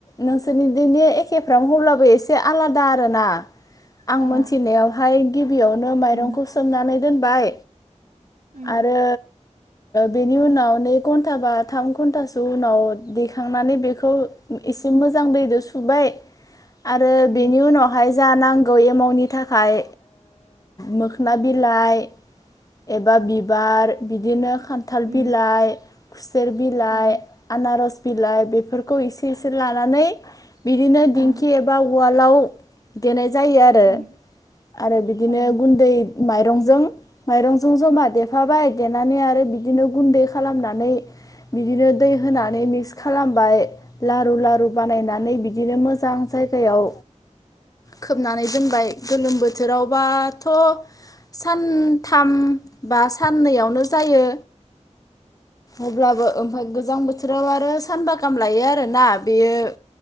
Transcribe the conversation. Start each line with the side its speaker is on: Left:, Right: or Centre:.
Left: नोंसोरनि दिनि एखेफ्रामनो हब्लाबो एसे आलादा आर ना आं
Right: औ
Left: मोनथिनायावहाय गिबियावनो माइरंखौ
Right: उम
Left: सोमनानै दोनबाय
Right: उम
Left: आरो बेनि उनावनो घन्टा बा थाम घन्टासो उनाव देखांनानै बेखौ एसे मो दैजो सुबाय आरो बिनि
Right: उम
Left: उनावहाय जा नांगौ एमाउन्टनि थाखाय मोखना बिलाइ एबा बिबार बिदिनो खान्थाल
Right: उम
Left: बिलाइ खुसेर बिलाइ
Right: औ
Left: आनारस बिलाइ बेफोरखौ एसे एसे लानानै बिदिनो दिंखि
Right: औ
Left: एबा उवाल <unintelligible> देनाय जायो आरो
Right: ओं
Left: आरो बिदिनो
Right: ओं
Left: गुन्दै माइरंजों-माइरंजों जमा देफाबाय देनानै आरो बिदिनो गुन्दै खालामनानै बिदिनो दै होनानै मिक्स खालामबाय लारु लारु बानायनानै बिदिनो मोजां जायगायाव खोबनानै दोनबाय गोलोम बोथोरावबाथ सानथाम बा साननैयावनो जायो। अब्लाबो ओमफाय गोजां बोथोराव आरो सानबा गाहाम लायो आरोना बेयो